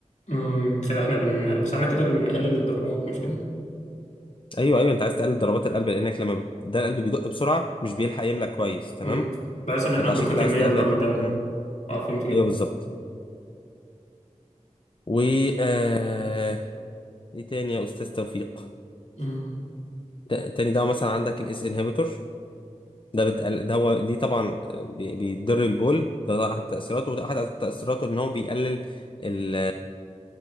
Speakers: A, on the left (about 65°); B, on the left (about 40°).
A: امم كده احنا بن بس احنا كده بنقلل الضربات مش كده
B: ايوه ايوه انت عايز تقلل ضربات القلب لانك لما بت- ده القلب بيدق بسرعه مش بيلحق يملى كويس تمام
A: امم بحيث ان احنا
B: انت عشان
A: نضخ
B: كده
A: كمية
B: عايز تقلل
A: اكبر من الدم
B: مم.
A: اه فهمت كده
B: ايوه بالظبط و آه... ايه تاني يا استاذ توفيق
A: امم
B: ت- تاني ده مثلا عندك الاس انهبيتور ده بت... ده هو دي طبعا بي- بيضر البول ده احد تأثيراته وده احد تأثيراته ان هو بيقلل ال...